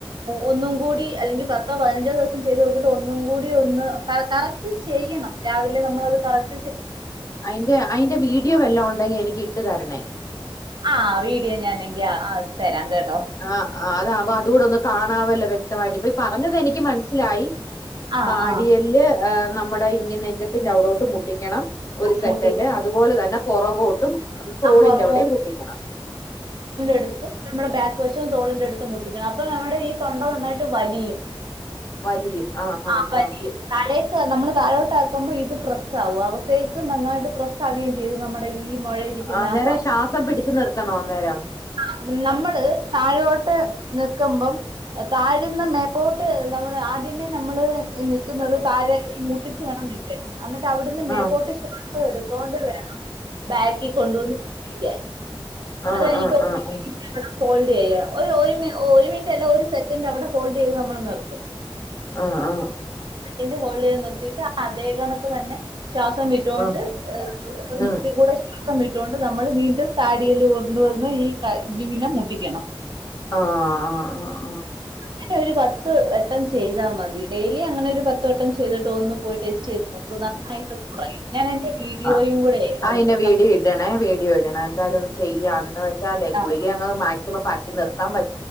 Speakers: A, on the right (about 55°); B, on the left (about 35°).
A: ഒന്നും കൂടി അല്ലെങ്കിൽ പത്തോ പതിനഞ്ചോ ദിവസം ചെയ്ത് നോക്കിട്ട് ഒന്നും കൂടി ഒ ന്ന് കറക്റ്റ് ചെയ്യണം രാവിലെ നമ്മളത് കറക്
B: അയിന്റെ അയിന്റെ വീഡിയോ വല്ലോം ഒണ്ടെങ്കി എനിക്ക് ഇട്ട് തരണേ
A: ആഹ് വീഡിയോ ഞാനെ അത് തരാം കേട്ടോ
B: ആ ആഹ് അതാകുമ്പോ അതൂടൊന്ന് കാണാവല്ലോ വ്യക്തമായിട്ട് ഇപ്പൊ ഈ പറഞ്ഞതെനിക്ക് മനസ്സിലായി
A: ആഹ്
B: താടിയെല്ല്
A: ആഹ്
B: ആഹ് നമ്മടെ ഇങ്ങ് നെഞ്ചത്തിന്റെ അവിടോട്ട് മുട്ടിക്കണം ഒരു
A: മമ്മൂട്ടിക്ക്
B: സെക്കൻറ്റ് അതുപോലെ തന്നെ പൊറകോട്ടും തോളിന്റെ
A: ആഹ്
B: അവിടേം മുട്ടിക്കണം
A: എടുത്ത് നമ്മുടെ ബാക്ക് വശവും തോളിന്റെ അടുത്ത് മുട്ടിക്കണം അപ്പൊ നമ്മടെ ഈ തൊണ്ട നന്നായിട്ട് വലിയും
B: വലിയും ആഹ്
A: ആ
B: ആഹ്
A: വലിയും
B: ആഹ്
A: തലേം ക്ക് നമ്മള് താഴോട്ട് ആക്കുമ്പോ ഇത് പ്രസാകും അകത്തേക്ക് നന്നായിട്ട് പ്രസ് ആവുകയും ചെയ്തു നമ്മടെ ഈ മുഴയിരിക്കുന്ന
B: അന്നേരം
A: ആ
B: ശ്വാസം പിടിച്ചു നിർത്തണോ അന്നേരം
A: ആഹ് നമ്മള് താഴോട്ട് നിക്കുമ്പം താഴേന്ന് മേപ്പോട്ട് നമ്മള് ആദ്യമേ നമ്മള് ഈ നിക്കുന്നത്
B: ആഹ്
A: താഴെ ഈ മുട്ടിച്ചു വേണം നിക്കാൻ അന്നിട്ട് അവിടുന്ന് മേപോട്ട്
B: ആഹ്
A: ശ്വാസം എടുത്തോണ്ട് വേണം ബാക്കി കൊണ്ടുവന്ന് മുട്ടിക്കാൻ
B: ആഹ്
A: അത് കഴിഞ്ഞിട്ട്
B: ആഹ്
A: ഒരു
B: ആഹ്
A: മിനിറ്റ് അവിടെ ഹോൾഡ് ചെയ്യണം ഓ ഒരു മിനിറ്റല്ല ഒരു സെ ക്കൻറ്റ് അവിടെ ഹോൾഡ് ചെയ്ത് നമ്മള് നി
B: ആഹ് ആ
A: സെക്കൻഡ് ഹോൾഡ് ചെയ്ത് നിർത്തിട്ട് അതേ കണക്ക് തന്നെ ശ്വാസം വിട്ടോണ്ട്
B: ഉം ആഹ്
A: മൂക്കികൂടെ സം വിട്ടൊണ്ട് നമ്മള് വീണ്ടും താടിയെല്ല് കൊണ്ടുവന്ന് ഈ ക ഇവിടിങ്ങനെ മുട്ടിക്കണം
B: ആ ആഹ് ആഹ് ആ
A: അങ്ങനെ ഒരു പത്ത് വട്ടം ചെയ്താ മതി ഡെയിലി അങ്ങനെ ഒരു പത്ത് വട്ടം ചെ ചെയ്തിട്ട് ഒന്ന് പോയി ടെസ്റ്റ് ചെയ്ത് നോക്ക് നന്നായിട്ട് കൊറയും ഞാൻ എന്റെ വീഡിയോയും
B: ആഹ്
A: കൂടെ
B: ആ അയിന്റെ
A: ഏഹ്
B: വീഡിയോ ഇടണേ വീഡിയോ ഇടണേ എന്തായാലും ഒന്ന് ചെയ്യാ എന്ന് വെച്ചാലേ
A: കണ്ട
B: ഗുളികെ അങ്ങ് മാക്സിമം മാറ്റിനിർത്താൻ പ